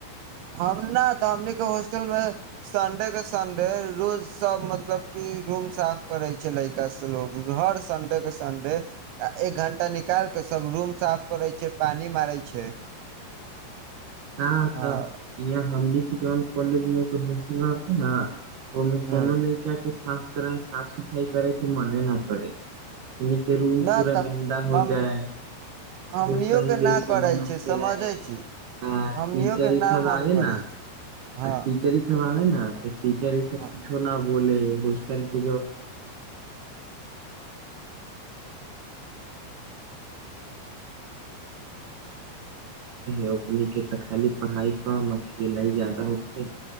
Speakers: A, on the right; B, on the right.
A: हम ना तऽ हमनी के होस्टल मे संडे के संडे रोज सब मतलब कि रूम साफ करे छै लयका से लोग, हर संडे के संडे ए एक घंटा निकाल के सब रूम साफ करै छै, पानी मारै छै।
B: राह
A: हँ
B: तऽ इहाँ हमनी के जौन कॉलेज मे <unintelligible> हॉस्टलबा रहते ना ओय मे
A: ह
B: कोनो लयका के साफ कराई, साफ-सफाई करै के मने ना करे। किन्ही के रूम
A: न
B: पूरा
A: तऽ
B: गन्दा हो
A: हम
B: जाय, ओसेही
A: हमनियो के
B: जैसे
A: ना करै
B: मन ओयसे
A: छै समझै
B: रही।
A: छी
B: ता
A: हमनियो
B: टीचर
A: के
B: ई
A: ना
B: सब
A: मन
B: आबे
A: करै
B: ना
A: छै हँ
B: आ टीचरे सब आबे न हां ते टीचर ऐसे कुछो
A: हँ
B: ना बोले। <unintelligible> ते रहे, ओकनी के तऽ खाली पढ़ाई कम आ खेलई जादा होखे।